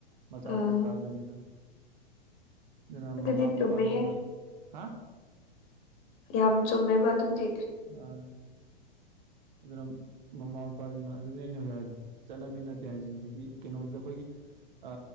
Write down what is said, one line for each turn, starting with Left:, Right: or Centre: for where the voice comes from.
Right: ꯃꯆꯥꯗꯨꯁꯨ
Left: ꯑꯥ
Right: ꯇꯥꯗꯣꯏꯅꯤꯗꯅ ꯑꯗꯨꯅ
Left: ꯑꯗꯨꯗꯤ
Right: ꯃꯃꯥ ꯃꯄꯥꯁꯤꯡꯅ
Left: ꯆꯨꯝꯃꯦꯍꯦ
Right: ꯍꯥ
Left: ꯌꯥꯝ ꯆꯨꯝꯃꯦꯕ ꯑꯗꯨꯗꯤ
Right: ꯃꯥꯅꯦ ꯑꯗꯨꯅ ꯃꯃꯥ ꯃꯄꯥꯁꯤꯡꯅ ꯑꯗꯨꯅꯦ ꯑꯩꯅ ꯍꯧꯖꯤꯛ ꯍꯥꯏꯗꯣ ꯆꯠꯅꯕꯤ ꯅꯠꯇꯦ ꯍꯥꯏꯁꯦ ꯍꯧꯖꯤꯛꯀꯤ ꯀꯩꯅꯣꯗꯨꯗ ꯑꯩꯈꯣꯏꯒꯤ ꯑ